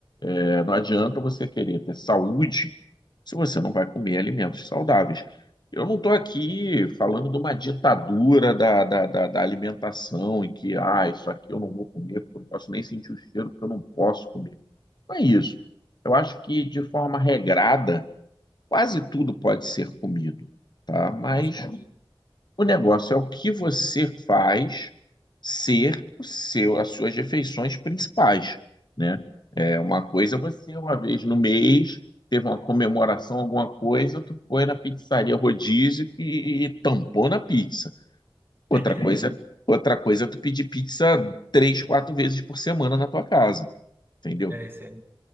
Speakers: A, on the left; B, on the right.
A: É, Não adianta você querer ter saúde se você não vai comer alimentos saudáveis. Eu não estou aqui falando de uma ditadura da, da, da, da alimentação, em que, ah, isso aqui eu não vou comer, porque eu não posso nem sentir o cheiro, porque eu não posso comer. Não é isso. Eu acho que, de forma regrada, quase tudo pode ser comido, tá? Mas
B: com certeza.
A: o negócio é o que você faz ser o seu, as suas refeições principais, né? É uma coisa você, uma vez no mês, teve uma comemoração, alguma coisa, tu foi na pizzaria rodízio e, e tampou na pizza. Outra
B: <laughs>
A: coisa, outra coisa é tu pedir pizza três, quatro vezes por semana na tua casa, entendeu?
B: É, isso aí.